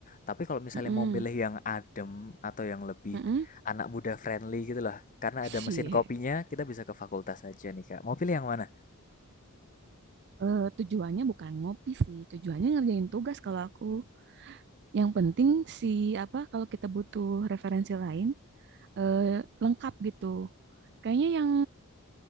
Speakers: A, on the left; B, on the right.
A: Tapi kalau misalnya
B: mm-mm,
A: mau milih yang adem atau yang lebih
B: mm-mm.
A: anak muda friendly gitu lah. Karena
B: Cie.
A: ada mesin kopinya, kita bisa ke fakultas aja nih, Kak. Mau pilih yang mana?
B: Eh, tujuannya bukan ngopi sih, tujuannya ngerjain tugas kalau aku. Yang penting si apa kalau kita butuh referensi lain eh, lengkap gitu. Kayaknya yang